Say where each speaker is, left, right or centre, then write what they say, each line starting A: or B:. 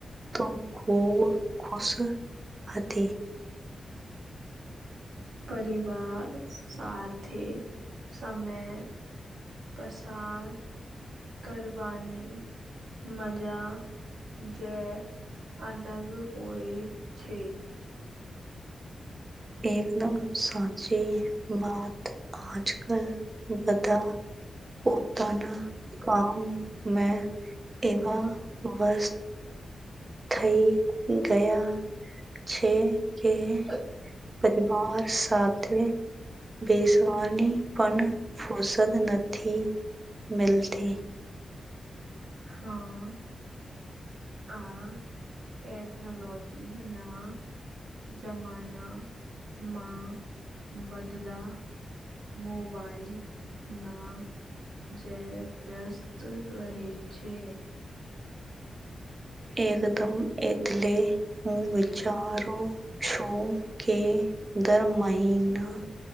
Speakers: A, on the right (about 35°); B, on the right (about 80°).
A: તો બોવ ખુશ હતી.
B: પરિવાર સાથે સમય પસાર કરવારવની મજા જ અલગ હોય છે.
A: એકદમ સાચી વાત આજ કલ બધા પોતના કામ મે એવા વસ્ત થઈ ગયા છે, કે પરિવાર સાથે બેસવાની પણ ફુરસત નથી મીલતી
B: હા. આ ટેકનોલોજી ના. જમાનામાં બધદા મોબાઈલ માં. જે વ્યસ્ત રહેે છે.
A: એકદમ એટલે હું વિચારું છું, કે. દર મહિના